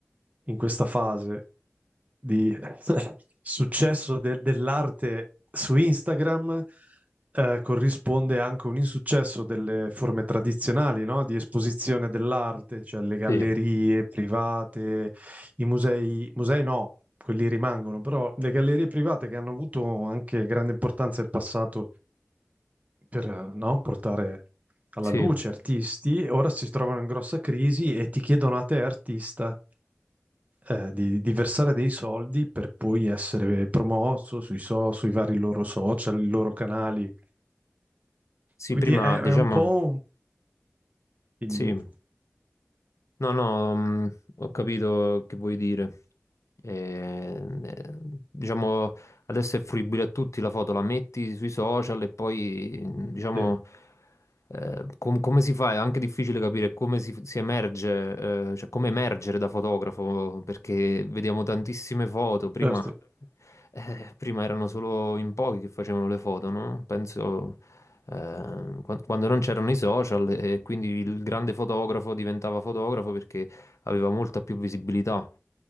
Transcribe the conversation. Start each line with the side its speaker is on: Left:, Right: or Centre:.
Right: in questa fase di <laughs> successo de- dell'arte su Instagram eh, corrisponde anche un insuccesso delle forme tradizionali, no? Di esposizione dell'arte, cioè le gallerie
Left: sì,
Right: private i musei, musei no, quelli rimangono, però le gallerie private che hanno avuto anche grande importanza in passato per, eh, no, portare alla
Left: sì.
Right: luce artisti, ora si trovano in grossa crisi e ti chiedono a te artista eh, di, di versare dei soldi per poi essere promosso sui, so- sui vari loro social, i loro canali.
Left: Sì,
Right: Quindi
Left: prima
Right: è, è
Left: diciamo...
Right: un po'... un- Dimmi,
Left: Sì,
Right: dimmi.
Left: no, no, mh, ho capito che vuoi dire. Eh, eh, diciamo, adesso è fruibile a tutti la foto, la metti sui social e poi, diciamo,
Right: Sì,
Left: eh, com- come si fa? È anche difficile capire come si, si emerge, eh, cioè come emergere da fotografo, perché vediamo tantissime foto. Prima,
Right: certo.
Left: eh, prima erano solo in pochi che facevano le foto, no? Penso eh, quan- quando non c'erano i social e quindi il grande fotografo diventava fotografo perché aveva molta più visibilità.